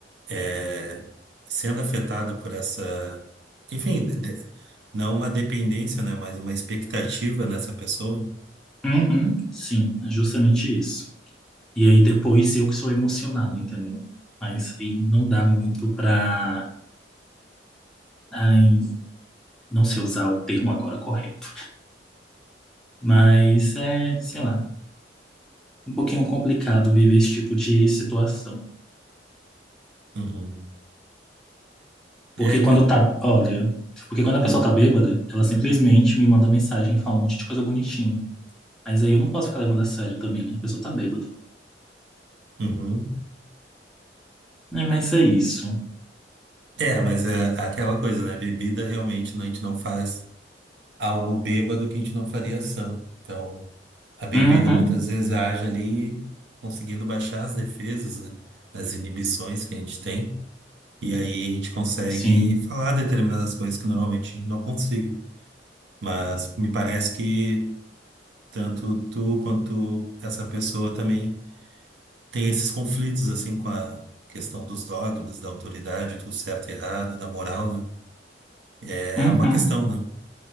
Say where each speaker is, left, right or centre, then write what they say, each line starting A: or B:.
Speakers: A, on the right (about 65°); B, in the centre.
A: é, sendo afetado por essa, enfim, de- de- não uma dependência, né? Mas uma expectativa nessa pessoa.
B: Uhum, sim, é justamente isso. E aí depois eu que sou emocionado, entendeu? Mas aí não dá muito pra. Ai, não sei usar o termo agora correto. Mas é, sei lá, um pouquinho complicado viver esse tipo de situação.
A: Uhum. É,
B: Porque quando
A: cara.
B: tá, olha, porque quando a
A: Hum,
B: pessoa tá bêbada, ela simplesmente me manda mensagem e fala um monte de coisa bonitinha. Mas aí eu não posso ficar levando a sério também, né? A pessoa tá bêbada.
A: uhum.
B: É, Mas é isso.
A: É, mas é aquela coisa, né? Bebida realmente né, a gente não faz algo bêbado que a gente não faria sã. Então. A bebida
B: Uhum,
A: muitas vezes age ali, conseguindo baixar as defesas, né? As inibições que a gente tem. E aí a gente consegue
B: sim.
A: falar determinadas coisas que normalmente não consigo. Mas me parece que tanto tu quanto essa pessoa também tem esses conflitos, assim, com a questão dos dogmas, da autoridade, do certo e errado, da moral, né? É
B: Uhum.
A: uma questão, né?